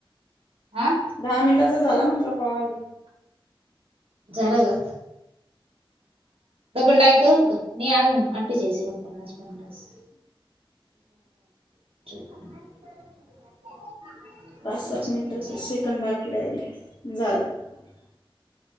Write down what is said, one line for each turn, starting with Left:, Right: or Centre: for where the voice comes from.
Right: हा
Left: दहा मिनटाचा झाला म्हटलं कॉल
Right: झालं का लाई करू का नाही अजून आट्ठेचालीस पन्नास पन्नास <inaudible> पंचावन्न
Left: पाच सात
Right: छप्पन्न
Left: मिनिटच
Right: सत्तावन्न
Left: सेकंड बाकी राहिल झालं